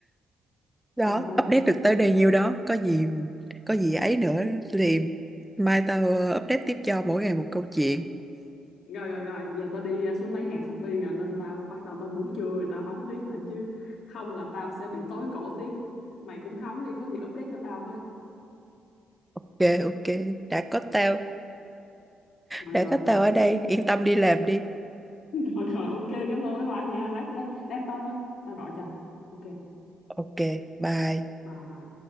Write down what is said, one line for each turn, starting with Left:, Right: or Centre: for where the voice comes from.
Centre: đó
Left: trời ơi
Centre: update được tới đây nhiêu đó có gì có gì ấy nữa thì mai tao ờ, update tiếp cho mỗi ngày một câu chuyện
Left: rồi rồi rồi giờ tao đi à, xuống lấy hàng Shopee rồi lên tao bắt đầu tao ngủ trưa rồi tao hóng tiếp nè chứ không là tao sẽ bị tối cổ tiếp mày cũng hóng đi có gì update cho tao với
Centre: ok ok đã có tao
Left: rồi
Centre: đã
Left: rồi
Centre: có
Left: rồi
Centre: tao ở đây yên tâm đi làm đi
Left: <laughs> rồi rồi ok cảm ơn mấy bạn nha lát lát lát tối nói tao gọi cho ok
Centre: ok bye
Left: Bye bye.